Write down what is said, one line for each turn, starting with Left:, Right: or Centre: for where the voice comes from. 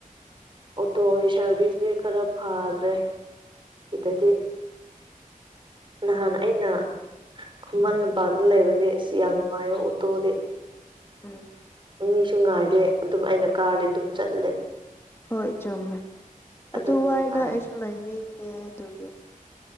Right: ꯑꯣꯇꯣꯒꯤ ꯁꯥꯔꯚꯤꯁꯗꯤ ꯈꯔ ꯐꯗ꯭ꯔꯦ ꯁꯤꯗꯗꯤ ꯅꯍꯥꯟ ꯑꯩꯅ ꯈꯨꯃꯟ ꯂꯝꯄꯥꯗ ꯂꯩꯕꯗꯤ ꯑꯁ ꯌꯥꯝ ꯅꯨꯡꯉꯥꯏꯌ ꯑꯣꯇꯣꯗꯤ
Left: ꯎꯝ
Right: ꯃꯤꯁꯨ ꯉꯥꯏꯗꯦ ꯑꯗꯨꯝ ꯑꯩꯅ ꯀꯥꯔꯗꯤ ꯑꯗꯨꯝ ꯆꯠꯂꯦ
Left: ꯍꯣꯏ ꯆꯨꯝꯃꯦ
Right: ꯑꯗꯨꯝ
Left: ꯑꯗꯨꯋꯥꯏꯗ
Right: ꯅꯨꯡꯉꯥꯏ
Left: ꯑꯩꯁꯨ ꯂꯩꯅꯤꯡꯉꯦ ꯑꯗꯨꯒꯤ